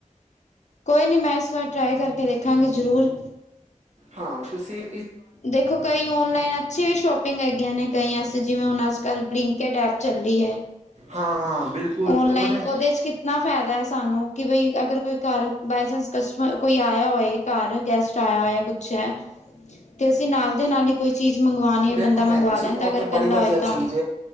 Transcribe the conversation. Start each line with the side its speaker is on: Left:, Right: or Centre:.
Left: ਕੋਈ ਨਈ ਮੈਂ ਇਸ ਵਾਰ ਟਰਾਈ ਕਰਕੇ ਦੇਖਾਂਗੀ ਜਰੂਰ।
Right: ਹਾਂ ਤੁਸੀ
Left: ਦੇਖੋ ਕਈ ਔਨਲਾਈਨ ਅੱਛੀ ਵੀ ਸ਼ੋਪਿੰਗ ਹੈਗੀਆਂ ਨੇ ਕਈਆਂ ਵਾਸਤੇ ਜਿਵੇਂ ਅਸ ਕਲ ਬਲਿੰਕਟ ਐਪ ਚੱਲੀ ਐ।
Right: ਹਾਂ ਬਿਲਕੁਲ
Left: ਔਨਲਾਈਨ
Right: ਉਹਦੇ
Left: ੳਦੇ ਚ ਕਿ ਕਿਨਾ ਫੈਦਾ ਐ ਸਾਨੂੰ ਕਿ ਬਈ ਅਗਰ ਕੋਈ ਘਰ ਬਾਏ ਚਾਂਸ ਕਸਟਮਰ ਕੋਈ ਆਏਆ ਹੋਏ ਘਰ ਗੈਸਟ ਆਏਆ ਹੋਏਆ ਕੁਛ ਐ, ਤੇ ਅਸੀ ਨਾਲ ਦੇ ਨਾਲ ਈ ਕੋਈ ਚੀਜ ਮੰਗਵਾਨੀ ਹੋਏ
Right: ਦੇਖੋ
Left: ਬੰਦਾ
Right: ਭੈਣ
Left: ਮੰਗਵਾ
Right: ਜੀ
Left: ਲੈਂਦਾ
Right: ਉਹ
Left: ਅਗਰ
Right: ਤੇ ਬੜੀ
Left: ਕੱਲਾ
Right: ਵਧੀਆ
Left: ਹੋਏ
Right: ਚੀਜ਼
Left: ਤਾਂ।